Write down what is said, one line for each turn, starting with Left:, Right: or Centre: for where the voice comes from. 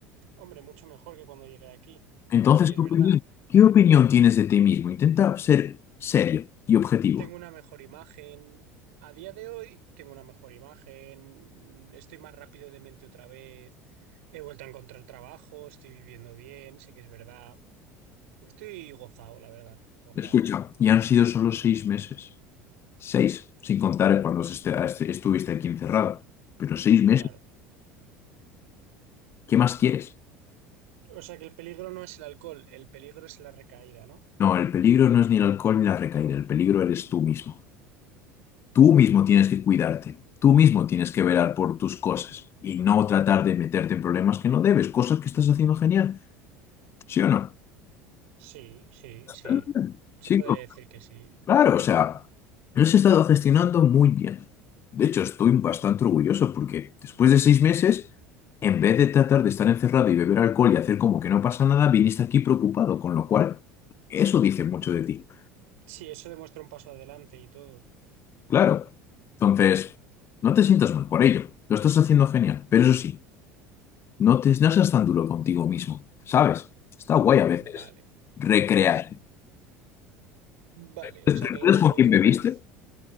Right: Hombre, mucho mejor que cuando llegué aquí.
Left: Entonces,
Right: Sí que
Left: ¿qué
Right: es verdad.
Left: opinión, qué opinión tienes de ti mismo? Intenta ser serio y objetivo.
Right: Tengo una mejor imagen. A día de hoy tengo una mejor imagen. Estoy más rápido de mente otra vez. He vuelto a encontrar trabajo. Estoy viviendo bien. Sí que es verdad. Estoy gozado, la verdad. Gozado.
Left: Escucha, ya han sido solo seis meses. Seis, sin contar cuando se este- este- estuviste aquí encerrado. Pero seis meses,
Right: Claro.
Left: ¿qué más quieres?
Right: O sea que el peligro no es el alcohol. El peligro es la recaída, ¿no?
Left: No, el peligro no es ni el alcohol ni la recaída, el peligro eres tú mismo. Tú mismo tienes que cuidarte, tú mismo tienes que velar por tus cosas y no tratar de meterte en problemas que no debes, cosas que estás haciendo genial, ¿sí o no?
Right: Sí, sí,
Left: Está
Right: sí.
Left: bien,
Right: Se
Left: Chico,
Right: podría decir que sí.
Left: claro, o sea, lo has estado gestionando muy bien. De hecho, estoy bastante orgulloso porque después de seis meses, en vez de tratar de estar encerrado y beber alcohol y hacer como que no pasa nada, viniste aquí preocupado, con lo cual eso dice mucho de ti.
Right: Sí, eso demuestra un paso adelante y todo.
Left: Claro. Entonces, no te sientas mal por ello. Lo estás haciendo genial, pero eso sí. No te, no seas tan duro contigo mismo, ¿sabes? Está guay a
Right: Vale.
Left: veces recrear.
Right: Vale,
Left: ¿Te
Right: o sea que
Left: acuerdas
Right: lo mejor
Left: con quién
Right: que
Left: bebiste?
Right: puedo hacer-